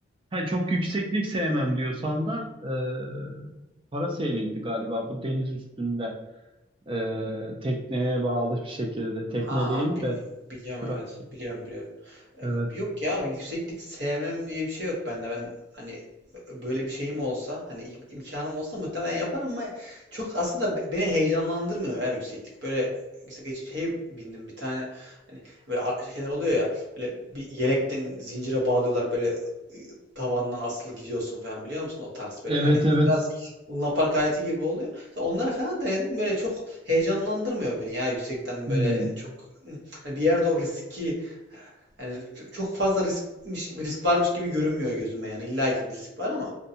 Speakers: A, on the right; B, on the right.
A: Ha, çok yükseklik sevmem diyorsan da eee Parasailing'di galiba bu deniz üstünde. Ee, tekneye bağlı bir şekilde. Tekne
B: Ha
A: değil
B: ha, bi-
A: de
B: biliyorum
A: sürat.
B: evet. Biliyorum biliyorum.
A: Evet.
B: E, yok ya yükseklik sevmem diye bir şey yok bende. Ben hani böyle bir şeyim olsa hani im- imkanım olsa muhtemelen yaparım ama çok aslında be- beni heyecanlandırmıyor ya yükseklik. Böyle işte geç, şey bindim bir tane hani böyle ar- şeyler oluyor ya böyle bir yelekten zincire bağlıyorlar böyle ı, tavandan asılı gidiyorsun falan biliyor musun o tarz böyle
A: Evet
B: yani
A: evet.
B: biraz lunapark aleti gibi oluyor. Onlar falan denedim böyle çok heyecanlandırmıyor beni ya yüksekten
A: Hmm,
B: böyle çok hani bir yerde o riski yani çok fazla riskmiş bir risk varmış gibi görünmüyor gözüme yani illa ki bir risk var ama